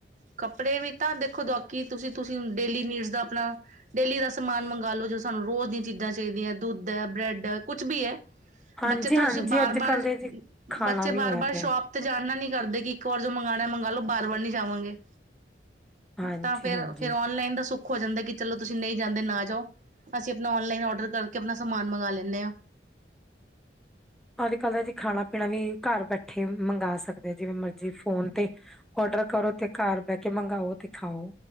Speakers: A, on the right; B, in the centre.
A: ਕੱਪੜੇ ਵੀ ਤਾਂ ਦੇਖੋ ਜੋਕੀ ਤੁਸੀਂ, ਤੁਸੀਂ ਹੁਣ ਡੇਲੀ ਨਿਡਸ ਦਾ ਆਪਣਾ ਡੇਲੀ ਦਾ ਸਮਾਨ ਮੰਗਾ ਲਓ ਜੋ ਸਾਨੂੰ ਰੋਜ਼ ਦੀਆਂ ਚੀਜ਼ਾਂ ਚਾਹੀਦੀਆਂ ਦੁੱਧ ਐ ਬ੍ਰੈਡ ਕੁਛ ਵੀ ਹੈ
B: ਹਾਂਜੀ-ਹਾਂਜੀ
A: ਬੱਚੇ ਤੁਸੀਂ ਬਾਰ-ਬਾਰ
B: ਅੱਜ ਕੱਲ੍ਹ ਦੇ ਜੀ ਖਾਣਾ
A: ਬੱਚੇ
B: ਵੀ
A: ਬਾਰ
B: ਹੋਇਆ
A: ਬਾਰ
B: ਪਿਆ
A: ਸ਼ੋਪ ਤੇ ਜਾਣਨਾ ਨੀ ਕਰਦੇ ਕੀ ਜੋ ਮੰਗਉਣਾ ਮੰਗ ਲਓ ਬਾਰ ਵਾਰ ਨੀ ਜਾਵਾਂਗੇ
B: ਹਾਂਜੀ-ਹਾਂਜੀ
A: ਤਾਂ ਫਿਰ ਫਿਰ ਔਨਲਾਈਨ ਦਾ ਸੁੱਕ, ਹੋ ਜਾਂਦਾ ਕਿ ਚਲੋ ਤੁਸੀਂ ਨਹੀਂ ਜਾਂਦੇ ਨਾ ਜਾਓ, ਅਸੀਂ ਆਪਣਾ ਔਨਲਾਈਨ ਡਰ ਕਰਕੇ ਆਪਣਾ ਸਮਾਨ ਮੰਗਵਾ ਲੈਂਨੇ ਆ,
B: ਅੱਜ-ਕੱਲ ਦਾ ਜੀ ਖਾਣਾ ਪੀਣਾ ਵੀ ਘਰ ਬੈਠੇ ਮੰਗਵਾ ਸਕਦੇ ਆ ਜਿਵੇਂ ਮਰਜੀ ਫੋਨ ਤੇ, ਡਰ ਕਰੋ ਤੇ ਘਰ ਬਹਿ ਕੇ ਮੰਗਓ ਤੇ, ਖਾਓ